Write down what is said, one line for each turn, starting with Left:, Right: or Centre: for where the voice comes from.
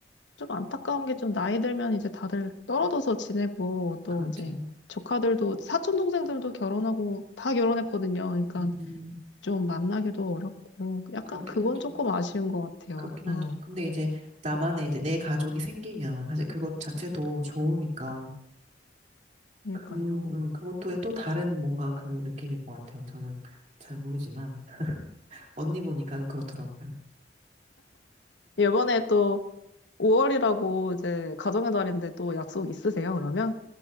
Left: 좀 안타까운 게 좀 나이 들면 이제 다들 떨어져서 지내고 또
Right: 그렇죠.
Left: 이제 조카들도 사촌 동생들도 결혼하고 다 결혼했거든요. 그러니까
Right: 음, 음,
Left: 좀 만나기도 어렵고 약간
Right: 그렇긴
Left: 그건
Right: 하죠.
Left: 조금 아쉬운 것 같아요.
Right: 그렇긴
Left: 응.
Right: 하죠. 근데 이제 나만의 이제 내 가족이 생기면 사실 그것 자체도 좋으니까
Left: 그러니까요.
Right: 그, 음, 그것도의 또 다른 뭔가 그 느낌일 것 같아요. 저는 잘 모르지만 언니 보니까 좀 그렇더라고요.
Left: 이번에 또 5월이라고 이제 가정의 달인데 또 약속 있으세요, 그러면?